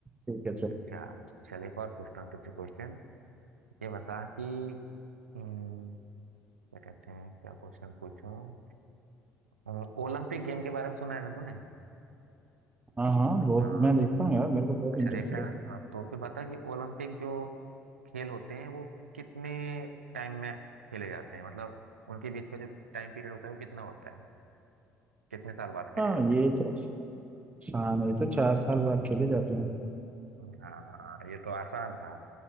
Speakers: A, on the right (about 20°); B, on the right (about 85°).
A: ठीक है चलो
B: अच्छा चल एक और पूछता हूँ तुझसे क्वेश्चन ये बता कि हम्म, क्या कहते हैं क्या क्वेश्चन पूछूं अ, ओलंपिक गेम के बारे में सुना है ना तूने
A: हाँ हाँ वो
B: हाँ
A: मैं देखता हूँ यार मेरे को बहुत
B: अच्छा
A: इंटरेस्ट
B: देखता
A: है
B: है ना हाँ तो फिर बता कि ओलंपिक जो खेल होते हैं वो कितने टाइम में खेले जाते हैं मतलब उनके बीच का जो टाइम पीरियड होता है वो कितना होता है कितने साल बाद खेले
A: हाँ
B: जाते
A: ये
B: हैं
A: तो शाम ये तो चार साल बाद खेले जाते हैं
B: हाँ ये तो आसान था